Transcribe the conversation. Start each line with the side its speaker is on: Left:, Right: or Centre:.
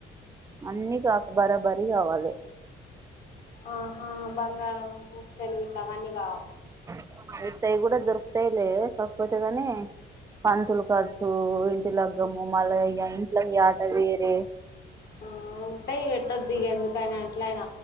Right: అన్నీ కావు బరాబరి కావాలి.
Left: ఆహా! బంగారం, పుస్తెలు ఇట్లా అవన్నీ కావాలి.
Right: అ మిగతావి కూడా దొరుకుతాయిలే కాకపోతేని పంతులు ఖర్చు, ఇంటి లగ్గము మళ్ళా ఇ ఇంట్లోకి యాట వేరే
Left: ఆ ఉత్తయి పెట్టొద్దు ఇక ఎందుకైనా యట్ల్యైన